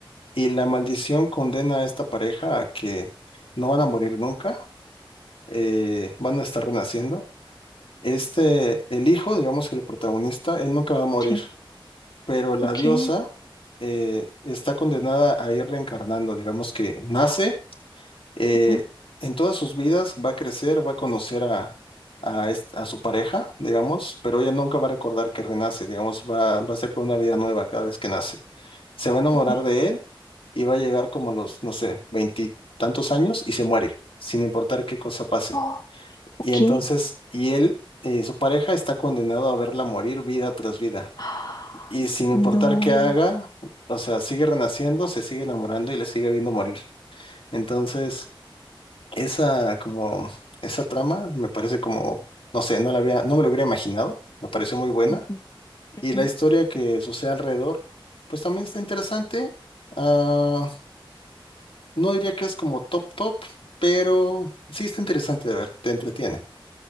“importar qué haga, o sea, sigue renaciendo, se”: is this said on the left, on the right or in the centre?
Left